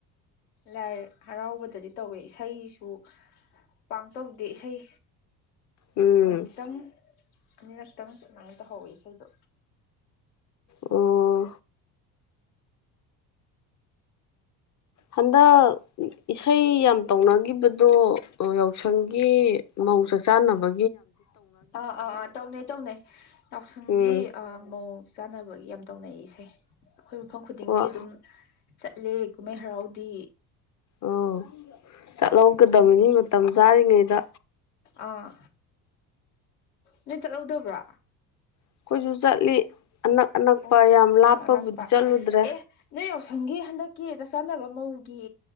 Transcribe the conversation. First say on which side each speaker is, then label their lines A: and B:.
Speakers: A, on the left; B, on the left.
A: ꯂꯥꯏ ꯍꯔꯥꯎꯕꯗꯗꯤ ꯇꯧꯋꯦ ꯏꯁꯩꯁꯨ ꯄꯥꯡꯇꯧꯗꯦ ꯏꯁꯩ
B: ꯎꯝ
A: ꯑꯃꯨꯛꯇꯪ ꯑꯅꯤꯔꯛꯇꯪ ꯁꯨꯃꯥꯏꯅ ꯇꯧꯍꯧꯋꯦ ꯏꯁꯩꯗꯣ
B: ꯑꯣ ꯍꯟꯗꯛ ꯏꯁꯩ ꯌꯥꯝ ꯇꯧꯅꯈꯤꯕꯗꯣ ꯌꯥꯎꯁꯪꯒꯤ ꯃꯧ ꯆꯥꯛꯆꯅꯕ
A: ꯑꯥ ꯑꯥ ꯑꯥ ꯇꯧꯅꯩ ꯇꯧꯅꯩ ꯌꯥꯎꯁꯪꯒꯤ
B: ꯎꯝ
A: ꯑ ꯃꯧ ꯆꯥꯅꯕꯒꯤ ꯌꯥꯝ ꯇꯧꯅꯩ ꯏꯁꯩ ꯑꯩꯈꯣꯏ ꯃꯐꯝ ꯈꯨꯗꯤꯡꯒꯤ
B: ꯑꯣ
A: ꯑꯗꯨꯝ ꯆꯠꯂꯦ ꯀꯨꯝꯍꯩ ꯍꯔꯥꯎꯗꯤ
B: ꯑꯣ ꯆꯠꯍꯧꯒꯗꯕꯅꯤ
A: ꯑꯗꯨꯝ
B: ꯃꯇꯝ ꯆꯥꯔꯤꯉꯩꯗ
A: ꯑꯥ ꯅꯣꯏ ꯆꯠꯍꯧꯗꯕ꯭ꯔꯥ
B: ꯑꯩꯈꯣꯏꯁꯨ ꯆꯠꯂꯤ ꯑꯅꯛ ꯑꯅꯛꯄ
A: ꯑꯣ
B: ꯌꯥꯝ ꯂꯥꯞꯄꯕꯨꯗꯤ
A: ꯑꯅꯛ ꯑꯅꯛꯄ
B: ꯆꯠꯂꯨꯗ꯭ꯔꯦ
A: ꯑꯦ ꯅꯣꯏ ꯌꯥꯎꯁꯪꯒꯤ ꯍꯟꯗꯛ ꯀꯦ ꯆꯛꯆꯥꯥꯟꯅꯕ ꯃꯧꯒꯤ